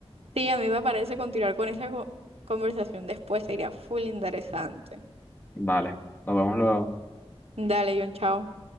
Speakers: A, on the right (about 70°); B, on the left (about 20°).
A: Sí, a mí me parece continuar con esa co- conversación después sería full interesante.
B: Vale, nos vemos luego.
A: Dale, John, chao.